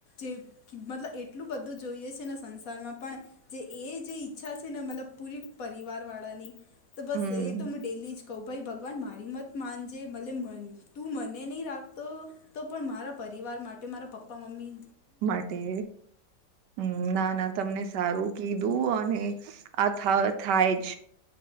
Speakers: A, on the left (about 60°); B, on the right (about 75°).
A: જે મતલબ એટલું બધું જોઈએ છે ને સંસારમાં પણ જે એ જે ઈચ્છા છે ને મતલબ પૂરી પરિવાર વાળાની તો બસ
B: હમ
A: એ તો હું ડેલી જ કહ ભાઈ ભગવાન મારી મત માનજે મલે મને. તું મને નહીં રાખતો તો પણ મારા પરિવાર માટે મારા પપ્પા મમ્મી.
B: માટે. હમ ના ના તમને સારું કીધું અને આ થ થાય જ.